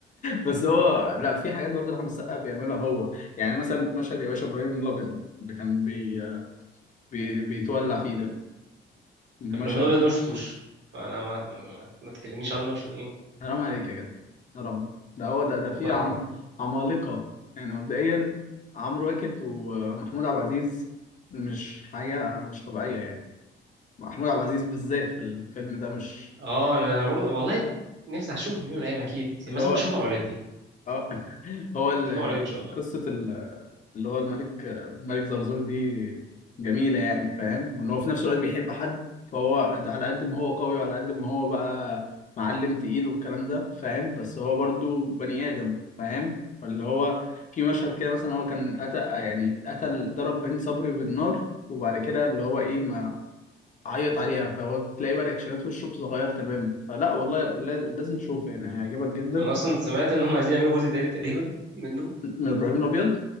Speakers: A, on the left; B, on the right.
A: بس هو لا في حاجات برضه احمد السقا بيعملها هو يعني مثلا مشهد يا باشا ابراهيم الابيض اللي كان بي... بي... بيتولع فيه ده المشهد
B: ابراهيم الابيض ده ما شفتوش فانا ما ما ما تكلمنيش عنه عشان ايه
A: حرام عليك يا جدع حرام ده هو ده ده
B: والله
A: فيه عم... عمالقه يعني مبدئيا عمرو واكد ومحمود عبد العزيز مش حاجه مش طبيعيه يعني محمود عبد العزيز بالذات في الفيلم ده مش
B: اه انا برضه والله نفسي اشوفه في يوم من الايام اكيد يعني
A: اللي
B: مثلا
A: هو
B: ممكن اشوفه مع ولادي
A: آه، <laughs> هو ال-
B: اشوفه مع ولادي ان شاء الله
A: قصه اللي هو الملك الملك زرزور دي جميلة يعني فاهم وان هو في نفس الوقت بيحب حد فهو قد- على قد ما هو قوي وعلى قد ما هو بقى معلم تقيل والكلام ده فاهم بس هو برضو بني آدم فاهم فاللي هو في مشهد كده مثلا هو كان قتل يعني قتل ضرب هند صبري بالنار وبعد كده اللي هو ايه ما عيط عليها فهو تلاقي بقى رياكشنات وشه بتتغير تماما فلا والله لا- لازم تشوفه يعني هيعجبك جدا
B: انا اصلا سمعت ان هم عايزين يعملوا جزء تاني تقريبا منه
A: من ابراهيم الابيض